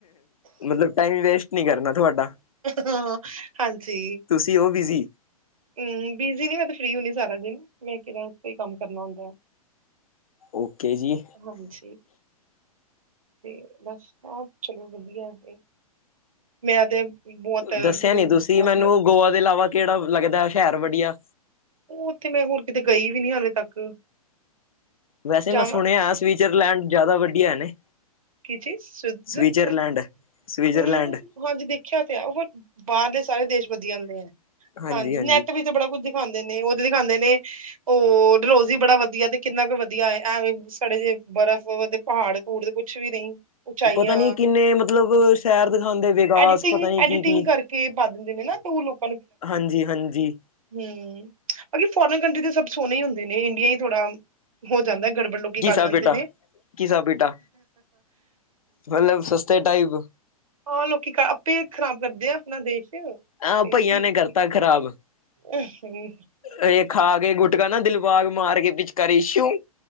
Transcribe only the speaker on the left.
ਮਤਲਬ ਟਾਈਮ ਵੇਸਟ ਨੀ ਕਰਨਾ ਤੁਹਾਡਾ
ਤੁਸੀਂ ਉਹ ਬਿਜ਼ੀ
ਓਕੇ ਜੀ
ਦੱਸਿਆ
ਨੀ ਤੁਸੀਂ
ਮੈਨੂੰ
ਗੋਆ ਦੇ ਇਲਾਵਾ ਕਿਹੜਾ ਲੱਗਦਾ ਸ਼ਹਿਰ ਬੜੀਆ
ਵੈਸੇ
ਮੈਂ ਸੁਣਿਆ ਸਵਿਜਰਲੈਂਡ ਜ਼ਿਆਦਾ ਵੱਡੀਆ ਨੇ
ਸਵਿਜ਼ਰਲੈਂਡ ਸਵਿਜ਼ਰਲੈਂਡ
ਹਾਂਜੀ ਹਾਂ
ਪਤਾ ਨੀ ਕਿੰਨੇ ਮਤਲਬ ਸ਼ਹਿਰ ਦਿਖਾਉਂਦੇ ਵਿਕਾਸ
ਪਤਾ ਨੀ
ਕੀ-ਕੀ
ਹਾਂਜੀ- ਹਾਂਜੀ
ਘੀਸਾ
ਪੇਟਾ
ਘੀਸਾ ਪੇਟਾ ਮਤਲਬ ਸਸਤੇ ਟਾਈਪ
ਆਹ ਭਈਆਂ
ਨੇ ਕਰਤਾ ਖਰਾਬ
ਇਹ ਖਾ ਕੇ ਗੁ ਗੁਟਕਾ ਨਾ ਦਿਲਬਾਗ ਮਾਰ ਕੇ ਪਿਚਕਾਰੀ ਸ਼ੂ